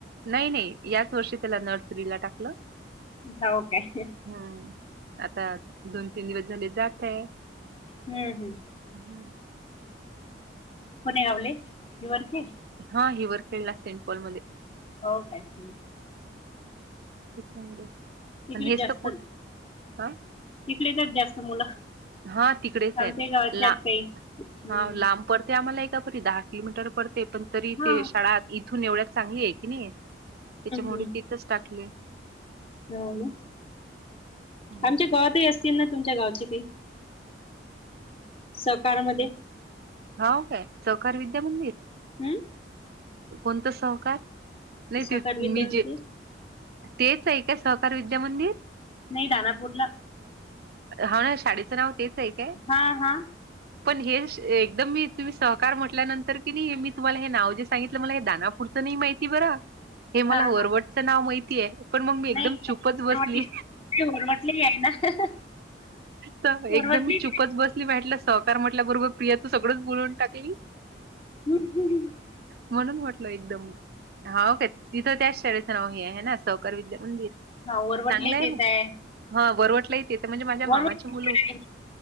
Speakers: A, on the right; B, on the left.
A: नाही नाही याच वर्षी त्याला नर्सरीला टाक.
B: हो काे.
A: हा आता दोन, तीन दिवस झाले जात आहे.
B: हम्म हम्.
A: हम्म.
B: कोणे गावले दि वरती
A: हा हिवर खेळला सेंट पॉलमध्येध्ये
B: हो कायच.
A: <unintelligible>
B: तिकडे
A: आणि हेच
B: जास्त
A: तर पुढ
B: <unintelligible>
A: हा
B: तिकडेचच आहेत जास्त मुलं.
A: हो तिकडेच
B: आमच्या
A: आहेत
B: गावातले
A: ला
B: आहेत काही हम्म
A: हा लांब पडते आम्हाला एकापरी दहा किलोमीटर पडते पण तरी
B: हा
A: ते
B: हम्म
A: शाळा इथून एवढ्याच चांगली आहे कीनी नाही त्याच्यामुळे
B: हम्म
A: ते इथच टाकले.
B: हो ना
A: हम्म.
B: आमच्या गावातही असतील ना तुमच्या गावचे काही सकारमध्ये
A: होव काय सहकार विद्यामंदिर
B: हम्म.
A: कोणत सहकार नाही
B: सहकार
A: ते
B: विद्या
A: मी
B: मंदिर
A: जे तेच आहे का सहकार विद्यामंदिर?
B: नाही दानापूरला
A: हा ना शाळेचं नाव तेच आहे. काय?
B: हा हा.
A: पण हे एकदम मी तुम्ही सहकार म्हटल्यानंतर कीनी मी तुम्हाला हे नाव जे सांगितलं मला हे दानापूरच नाही माहिती बरं.
B: <unintelligible>
A: हे मला वरवटचं
B: हा
A: नाव माहितीय पण मग मी एकदम
B: नाही
A: चूपच
B: वरवटले
A: बसली.
B: ते वरवटले आहे ना
A: त
B: वरवटले
A: एकदम मी चुपच बस. <unintelligible> सहकार म्हटल्याबरोबर प्रिया तू सगळंच बोलून टाकली.
B: <unintelligible>
A: म्हणून म्हटल एकदम हा ओके तिथं त्याच शाळेचं नाव हे आहे ना. सहकार विद्यामंदिर
B: हा वरवटले
A: चांगलंय
B: तेच
A: म
B: आहे
A: हा वरवटलाय तेत म्हणजे माझ्या
B: वरवट
A: मामाची मुलं
B: आहे.